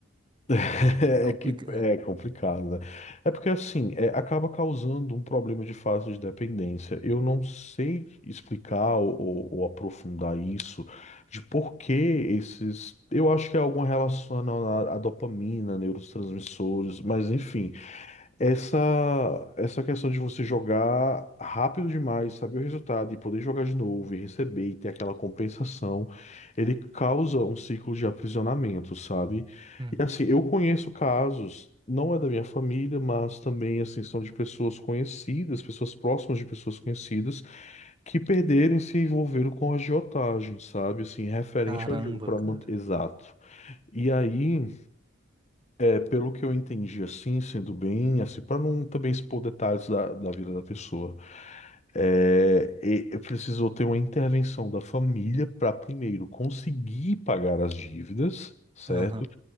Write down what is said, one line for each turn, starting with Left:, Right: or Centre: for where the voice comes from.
Left: <laughs> é
Right: Complica,
Left: que é
Right: é.
Left: complicado, né? É porque assim, é, acaba causando um problema de fase de dependência. Eu não sei explicar ou, ou- ou aprofundar isso de por que esses. Eu acho que é alguma relação à à dopamina, neurotransmissores, mas enfim. Essa, essa questão de você jogar rápido demais, saber o resultado e poder jogar de novo e receber e ter aquela compensação, ele causa um ciclo de aprisionamento, sabe?
Right: Uhum.
Left: E assim, eu conheço casos, não é da minha família, mas também assim, são de pessoas conhecidas, pessoas próximas de pessoas conhecidas, que perderam e se envolveram com agiotagem, sabe? Assim, referente
Right: Caramba,
Left: ao jogo para
Right: cara.
Left: manter. Exato. E aí. É, pelo que eu entendi, assim, sendo bem, assim, para não também expor detalhes da, da vida da pessoa, é, e- e precisou ter uma intervenção da família para primeiro conseguir pagar as dívidas, certo?
Right: Aham.